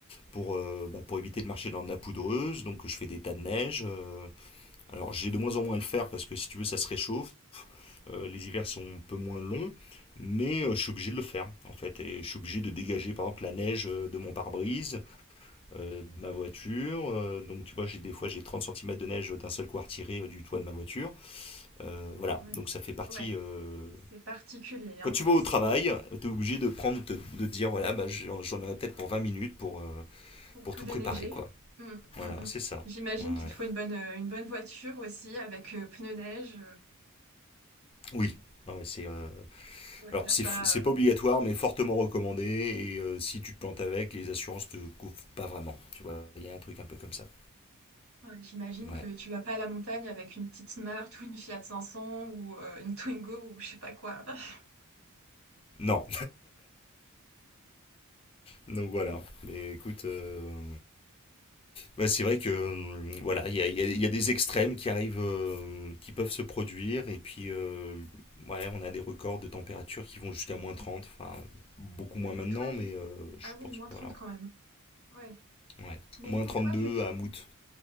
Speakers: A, on the left (about 25°); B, on the right (about 75°).
A: pour, euh, bah, pour éviter de marcher dans de la poudreuse, donc je fais des tas de neige. euh. Alors j'ai de moins en moins à le faire parce que si tu veux ça se réchauffe, Euh, les hivers
B: oui,
A: sont un peu moins longs, mais euh, je suis obligé de le faire en fait. Et je suis obligé de dégager par exemple la neige euh, de mon pare-brise, euh, de ma voiture. Euh, donc tu vois, j'ai des fois j'ai 30 centimètres de neige d'un seul coup à retirer euh, du toit de ma voiture. Euh, voilà,
B: quand même.
A: donc ça fait partie.
B: Ouais,
A: euh,
B: c'est particulier, hein.
A: Quand tu vas au
B: C'est
A: travail, t'es obligé de prendre, te- de dire voilà, bah, j'en j'en aurai peut-être pour 20 minutes pour, euh,
B: pour
A: pour
B: tout
A: tout
B: déneiger.
A: préparer, quoi.
B: Mm,
A: Voilà,
B: mm, mm.
A: c'est ça.
B: J'imagine
A: Ouais. ouais.
B: qu'il te faut une bonne, euh, une bonne voiture aussi, avec euh, pneus neige. euh,
A: Oui. Ouais, ouais, c'est euh,
B: Ouais,
A: alors
B: t'as
A: c'est
B: pas...
A: f- c'est pas
B: euh,
A: obligatoire mais fortement recommandé et euh, si tu te plantes avec les assurances te couvrent pas vraiment tu vois il y a un truc un peu comme ça
B: ouais, J'imagine
A: ouais
B: que tu vas pas à la montagne avec une petite Smart ou une Fiat 500 ou euh, une Twingo ou je sais pas quoi. <laughs>
A: non Donc voilà. Mais écoute, euh, bah, c'est vrai que euh, voilà, il y a, il y a- il y a des extrêmes qui arrivent, euh, qui peuvent se produire, et puis euh, ouais, on a des records de température qui vont jusqu'à moins trente enfin beaucoup
B: Du
A: moins
B: coup,
A: maintenant,
B: toi, vu...
A: mais euh, je
B: Ah oui,
A: pense
B: moins
A: que
B: 30
A: voilà.
B: quand même. Ouais.
A: Ouais.
B: Mais
A: Moins
B: toi,
A: deux
B: vu que...
A: à Mout.